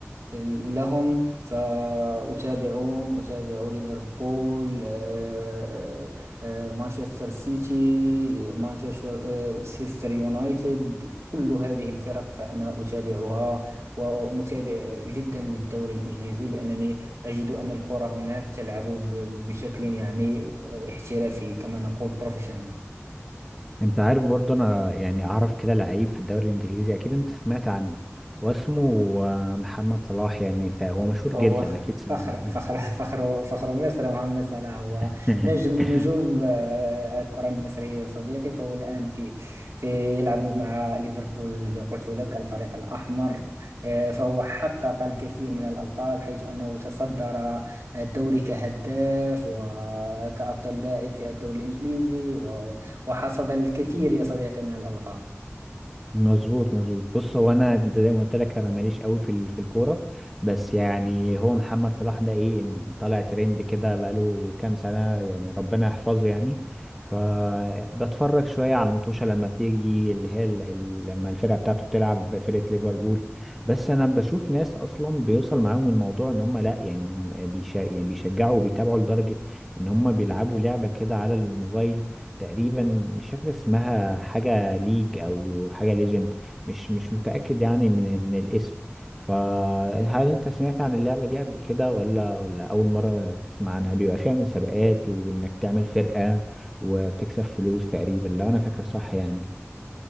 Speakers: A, on the right; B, in the centre.
A: آه، لهم فأتابعهم أتابع ليفربول آه، آه، آه، مانشستر سيتي مانشستر آه، سيستر يونايتد كل هذه الفرق فأنا أتابعها ومتابع جدا للدوري الإنجليزي لأنني أجد أن الكرة هناك تلعب ب- بشكل يعني آه، احترافي كما نقول بروفيشنال
B: انت عارف برضه انا يعني اعرف كده لعيب في الدوري الانجليزي اكيد انت سمعت عنه هو اسمه آه، محمد صلاح يعني تا- هو مشهور
A: فهو
B: جدا اكيد سمعت
A: فخر فخر
B: عنه.
A: فخر فخر مصر محمد صلاح هو
B: <laughs>
A: نجم من نجوم آه، الكرة المصرية يا صديقي فهو الآن في في يلعب مع ليفربول الذي قلت لك الفريق الأحمر آه، فهو حقق الكثير من الألقاب حيث أنه تصدر الدوري كهداف وكأفضل لاعب في الدوري الإنجليزي و- وحصد الكثير يا صديقي من الألقاب
B: مظبوط مظبوط بص هو انا زي ما قلت لك انا ماليش قوي في ال- في الكوره بس يعني هو محمد صلاح ده ايه طالع ترند كده بقاله كام سنه يعني ربنا يحفظه يعني فبتفرج شويه على المطوشه لما بتيجي اللي هي ال- ال- لما الفرقه بتاعته بتلعب بفرقه ليفربول بس انا بشوف ناس اصلا بيوصل معاهم الموضوع ان هم لا يعني بيشا يعني بيشجعوا وبيتابعوا لدرجه ان هم بيلعبوا لعبه كده على الموبايل تقريبا مش فاكر اسمها حاجة ليج أو حاجة ليجند مش مش متأكد يعني من من الاسم فهل أنت سمعت عن اللعبة دي قبل كده ولا ولا أول مرة تسمع عنها بيبقى فيها مسابقات وإنك تعمل فرقة وبتكسب فلوس تقريبا لو أنا فاكر صح يعني